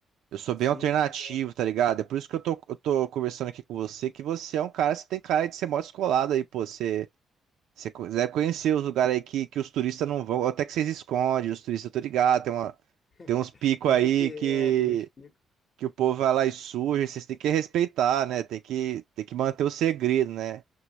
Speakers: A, on the right; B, on the left.
A: Eu sou bem
B: sim,
A: alternativo,
B: sim.
A: tá ligado? É por isso que eu tô, eu tô conversando aqui com você, que você é um cara, você tem cara de ser mó descolado aí, pô. Você, você co- deve conhecer os lugares aí que, que os turistas não vão, até que vocês escondem, os turistas, eu tô ligado, tem uma,
B: <laughs>
A: tem uns picos
B: Tem
A: aí
B: que ter,
A: que,
B: é, tem uns picos,
A: que o povo vai lá e suja, vocês têm que respeitar, né? Tem que, tem que manter o segredo, né?